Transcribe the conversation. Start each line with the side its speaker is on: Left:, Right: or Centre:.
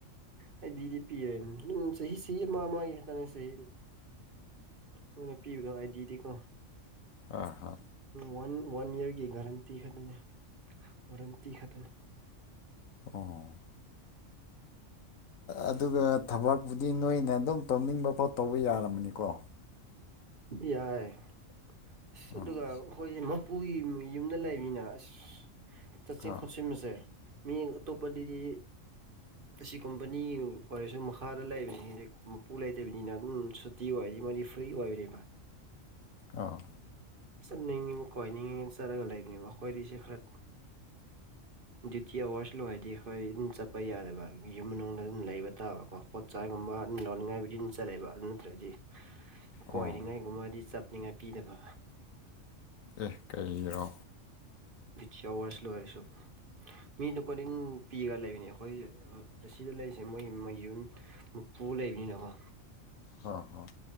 Right: ꯍꯥꯏꯗꯤꯗꯤ ꯄꯤꯔꯦ ꯆꯍꯤ ꯆꯍꯤ ꯑꯃ ꯑꯃꯒꯤ ꯈꯛꯇꯅꯦ ꯆꯍꯤ ꯃꯅ ꯄꯤꯕꯗ ꯑꯥꯏꯗꯤꯗꯤꯀꯣ
Left: ꯑꯥ ꯍꯥ
Right: ꯋꯥꯟ ꯋꯥꯟ ꯏꯌꯥꯔꯒꯤ ꯒꯥꯔꯦꯟꯇꯤ ꯈꯛꯇꯅꯤ ꯋꯥꯔꯦꯟꯇꯤ ꯈꯛꯇꯅꯤ
Left: ꯑꯣ ꯑꯗꯨꯒ ꯊꯕꯛꯄꯨꯗꯤ ꯅꯣꯏꯅ ꯑꯗꯨꯝ ꯇꯧꯅꯤꯡꯕ ꯄꯣꯠ ꯇꯧꯕ ꯌꯥꯔꯃꯅꯤꯀꯣ
Right: ꯌꯥꯏ ꯑꯁ
Left: ꯎꯝ
Right: ꯑꯗꯨꯒ ꯑꯩꯈꯣꯏꯁꯦ ꯃꯄꯨꯒꯤ ꯌꯨꯝꯗ ꯂꯩꯕꯃꯤꯅ ꯑꯁ ꯆꯠꯁꯤꯟ
Left: ꯍ
Right: ꯈꯣꯠꯆꯤꯟꯕꯁꯦ ꯃꯤ ꯑꯇꯣꯞꯄꯗꯗꯤ ꯑꯁꯤ ꯀꯣꯝꯄꯅꯤ ꯑꯣꯏꯔꯁꯨ ꯃꯈꯥꯗ ꯂꯩꯕꯁꯤꯡ ꯄꯨ ꯂꯩꯇꯕꯅꯤꯅ ꯑꯗꯨꯝ ꯁꯨꯇꯤ ꯑꯣꯏꯗꯤ ꯃꯣꯏꯗꯤ ꯐ꯭ꯔꯤ ꯑꯣꯏꯕꯕ
Left: ꯑꯥ
Right: ꯆꯠꯅꯤꯡꯉꯤꯕ ꯀꯣꯏꯅꯤꯡꯉꯤꯉ ꯆꯠꯂꯒ ꯂꯩꯕꯅꯦꯕ ꯑꯩꯈꯣꯏꯗꯁꯦ ꯈꯔ ꯗ꯭ꯌꯨꯇꯤ ꯑꯋꯥꯔꯁ ꯂꯣꯏ ꯍꯥꯏꯔꯗꯤ ꯑꯩꯈꯣꯏ ꯠꯄ ꯌꯥꯗꯕ ꯌꯨꯝ ꯃꯅꯨꯡꯗ ꯑꯗꯨꯝ ꯂꯩꯕ ꯇꯥꯕꯀꯣ ꯄꯣꯠꯆꯥꯏꯒꯨꯝꯕ ꯑꯗꯨꯝ ꯂꯧꯅꯤꯡꯉꯥꯏꯕꯨꯗꯤ ꯑꯗꯨꯝ ꯆꯠꯂꯦꯕ ꯑꯗꯨ ꯅꯠꯇ꯭ꯔꯒꯗꯤ ꯀꯣꯏꯔꯤꯉꯥꯏꯒꯨꯝꯕꯗꯤ
Left: ꯑꯣ
Right: ꯆꯞꯅꯤꯡꯉꯥꯏ ꯄꯤꯗꯕ
Left: ꯑꯦ ꯀꯩꯔꯣ
Right: ꯊ꯭ꯤ ꯑꯋꯥꯔꯁ ꯂꯣꯏꯔꯁꯨ ꯃꯤꯗꯣ ꯀꯔꯤꯡ ꯄꯤꯔꯒ ꯂꯩꯕꯅꯦ ꯑꯩꯈꯣꯏ ꯑꯁꯤꯗ ꯂꯩꯔꯤꯁꯦ ꯃꯣꯏ ꯃꯌꯨꯝ ꯃꯄꯨ ꯂꯩꯕꯅꯤꯅꯀꯣ
Left: ꯍꯥ ꯍ